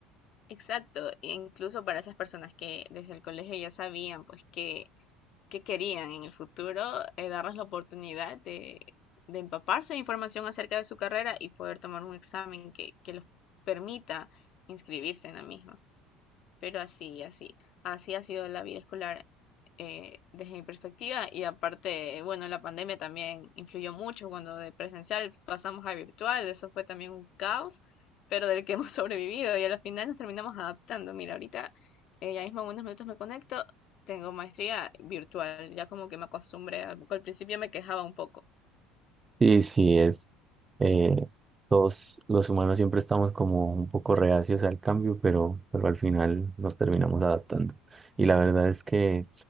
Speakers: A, on the left (about 55°); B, on the right (about 25°).
A: Exacto. e incluso para esas personas que desde el colegio ya sabían pues que, que querían en el futuro, eh, darles la oportunidad de, de empaparse de información acerca de su carrera y poder tomar un examen que, que los permita inscribirse en la misma. Pero así, así, así ha sido la vida escolar eh, desde mi perspectiva y aparte, bueno, la pandemia también influyó mucho cuando de presencial pasamos a virtual, eso fue también un caos, pero del que hemos <laughs> sobrevivido y al final nos terminamos adaptando. Mira, ahorita eh, ya mismo en unos minutos me conecto, tengo maestría virtual, ya como que me acostumbré, al al principio me quejaba un poco.
B: Sí, sí, es. eh, todos los humanos siempre estamos como un poco reacios al cambio, pero, pero al final nos terminamos adaptando. Y la verdad es que,